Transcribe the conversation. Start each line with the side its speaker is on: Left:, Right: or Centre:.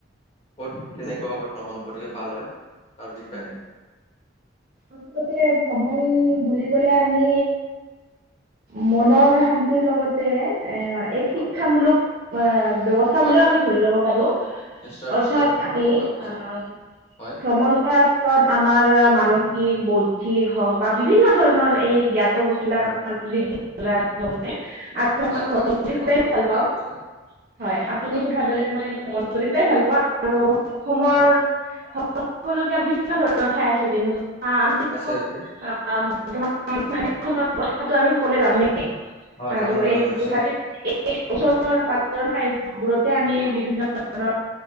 Left: ক'ত কেনেকুৱাকৈ ভ্ৰমণ
Right: অম,
Left: কৰিলে ভাল হয় তাৰ বিষয়ে
Right: হয় আচলতে ভ্ৰমণ বুলি আমি মনৰ শান্তিৰ লগতে এ এক
Left: হয়,
Right: শিক্ষামূলক এ ব্যৱস্থা
Left: হয়,
Right: বুলিও
Left: হয়,
Right: আমি ধৰি লব পাৰো
Left: নিশ্চয়
Right: অৰ্থাৎ
Left: নিশ্চয় আপুনি
Right: আমি
Left: ভাল কথা কৈছে।
Right: আহ
Left: হয়,
Right: ভ্ৰমণ কৰা আমাৰ মানসিক বৌদ্ধিক হওক বা বিভিন্ন ধৰণৰ এই জ্ঞা বস্তুবিলাক
Left: হয়,
Right: আমাৰ বৃদ্ধি
Left: হয়
Right: মই ভ্ৰমণ
Left: হয় আপুনি
Right: কৰি
Left: বহুত
Right: খুবেই
Left: ভাল কথা
Right: পাওঁ
Left: কৈছে।
Right: হয় আপুনি সোধাৰ
Left: ভ্ৰমণ
Right: দৰে
Left: কৰিব
Right: মই
Left: লাগে।
Right: ভ্ৰমণ কৰি পাই ভাল পোৱা
Left: <inaudible>
Right: অসমৰ
Left: হয়,
Right: ভ্ৰমণ কৰিব লগীয়া বিভিন্ন ধৰণৰ ঠাই আছে যেনেকুৱা আমিটো
Left: আছে।
Right: কথাটো আমি সকলোৱে জানোৱেই।
Left: অ
Right: আৰু
Left: জানো
Right: এই
Left: জানো নিশ্চয়
Right: গুৱাহাটীত <unintelligible> আমি বিভিন্ন ধৰণৰ